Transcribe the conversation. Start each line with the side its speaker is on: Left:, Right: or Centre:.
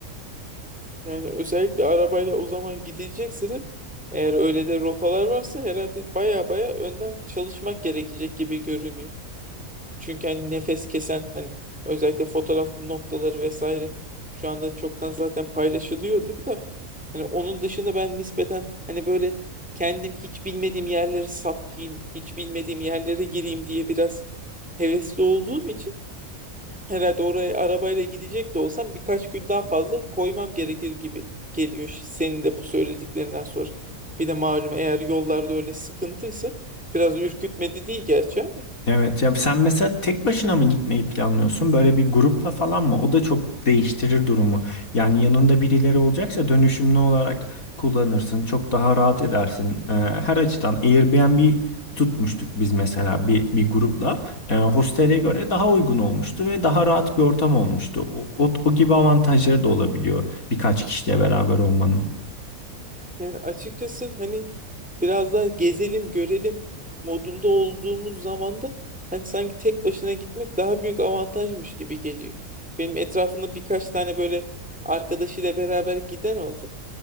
Centre: Yani özellikle arabayla o zaman gidecekse de eğer öyle de rotalar varsa herhalde baya baya önden çalışmak gerekecek gibi görünüyor. Çünkü hani nefes kesen hani özellikle fotoğraf noktaları vesaire şu anda çoktan zaten paylaşılıyordur da hani onun dışında ben nispeten hani böyle kendim hiç bilmediğim yerlere sapayım, hiç bilmediğim yerlere gireyim diye biraz hevesli olduğum için Herhalde oraya arabayla gidecek de olsam birkaç gün daha fazla koymam gerekir gibi geliyor şi- senin de bu söylediklerinden sonra. Bir de malum eğer yollarda öyle sıkıntıysa biraz ürkütmedi değil gerçi ama.
Left: Evet ya sen mesela tek başına mı gitmeyi planlıyorsun? Böyle bir grupla falan mı? O da çok değiştirir durumu. Yani yanında birileri olacaksa dönüşümlü olarak kullanırsın. Çok daha rahat edersin. Ee, her açıdan Airbnb tutmuştuk biz mesela bir, bir grupla. Ee, hostele göre daha uygun olmuştu ve daha rahat bir ortam olmuştu. O, o, o gibi avantajları da olabiliyor birkaç kişiyle beraber olmanın.
Centre: Yani açıkçası hani biraz daha gezelim, görelim modunda olduğumuz zaman da hani sanki tek başına gitmek daha büyük avantajmış gibi geliyor. Benim etrafımda birkaç tane böyle arkadaşıyla beraber giden oldu.